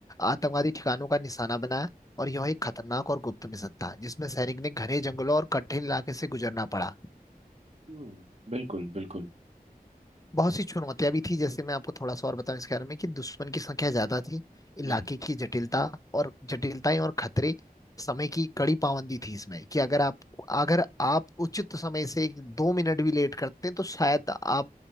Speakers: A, on the left; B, on the right.
A: आतंकवादी ठिकानों का निशाना बनाया और यह एक खतरनाक और गुप्त मिशन था जिसमें सैनिक ने घने जंगलों और कठिन इलाके से गुजरना पड़ा
B: हम्म बिल्कुल बिल्कुल
A: बहुत सी चुनौतियां भी थी जैसे मैं आपको थोड़ा सा और बताऊं इसके बारे में कि दुश्मन की संख्या ज्यादा थी इलाके
B: हम्म
A: की जटिलता और जटिलताएं और खतरे समय की कड़ी पाबंदी थी इसमें कि अगर आप अगर आप उचित समय से एक- दो मिनट भी लेट करते हैं तो शायद आप